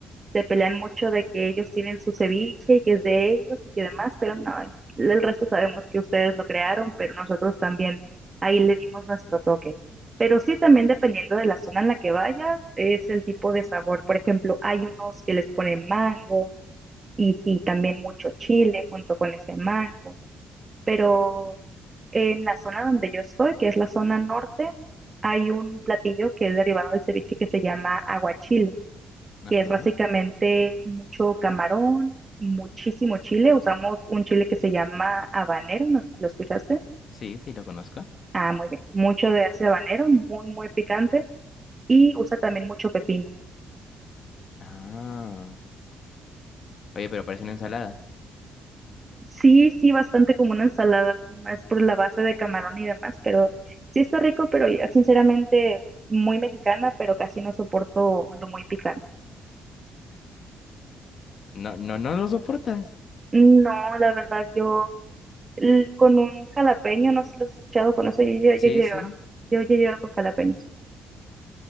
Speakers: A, on the right; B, on the left.
A: se pelean mucho de que ellos tienen su ceviche y que es de ellos y que demás, pero no, el resto sabemos que ustedes lo crearon, pero nosotros también ahí le dimos nuestro toque. Pero sí, también dependiendo de la zona en la que vayas, es el tipo de sabor. Por ejemplo, hay unos que les ponen mango y sí, también mucho chile junto con ese mango. Pero en la zona donde yo estoy, que es la zona norte, hay un platillo que es derivado del ceviche que se llama aguachile
B: Ajá.
A: que es básicamente mucho camarón, muchísimo chile. Usamos un chile que se llama habanero, no sé si lo escuchaste.
B: Sí, sí, lo conozco.
A: Ah, muy bien. Mucho de ese habanero, muy, muy picante. Y usa también mucho pepino.
B: Ah. Oye, pero parece una ensalada.
A: Sí, sí, bastante como una ensalada, más por la base de camarón y demás, pero sí está rico, pero ya sinceramente muy mexicana, pero casi no soporto lo muy picante.
B: No, no, no lo soportas.
A: No, la verdad, yo l- con un jalapeño, no sé si lo has escuchado con eso, yo,
B: Sí,
A: yo, yo lloro.
B: sí.
A: Yo, yo lloro con jalapeños.